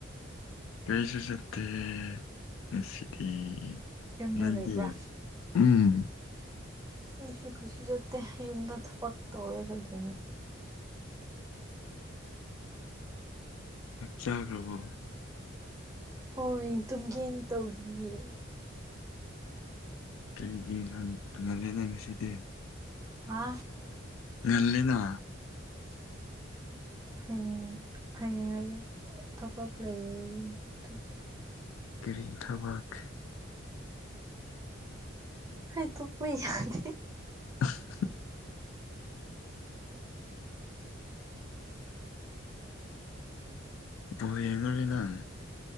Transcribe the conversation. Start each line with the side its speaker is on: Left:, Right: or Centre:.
Left: ꯀꯩꯁꯨ ꯆꯠꯇꯦ ꯉꯁꯤꯗꯤ
Right: ꯌꯨꯝꯗ
Left: ꯅꯪꯗꯤ
Right: ꯂꯩꯕ꯭ꯔꯥ
Left: ꯎꯝ
Right: ꯑꯁꯨ ꯀꯩꯁꯨ ꯆꯠꯇꯦ ꯌꯨꯝꯗ ꯊꯕꯛ ꯇꯧꯔꯒ ꯂꯩꯌꯦ
Left: ꯆꯥꯒꯔꯕꯣ
Right: ꯍꯣꯏ ꯇꯨꯝꯒꯦꯟ ꯇꯧꯔꯤꯌꯦ
Left: ꯀꯔꯤꯒꯤꯔꯥ ꯉꯟꯂꯦꯅ ꯉꯁꯤꯗꯤ
Right: ꯍꯥ
Left: ꯉꯜꯂꯤꯅ
Right: <inaudible> ꯍꯌꯦꯡ ꯍꯌꯦꯡ ꯑꯌꯨꯛ ꯊꯕꯛ ꯂꯩ ꯑꯗꯨꯒꯤ
Left: ꯀꯔꯤꯒꯤ ꯊꯕꯛ
Right: ꯍꯩ ꯇꯨꯞꯄ ꯌꯥꯗꯦ
Left: <unintelligible> ꯕꯣꯜ ꯌꯦꯡꯉꯔꯣꯏ ꯅꯪ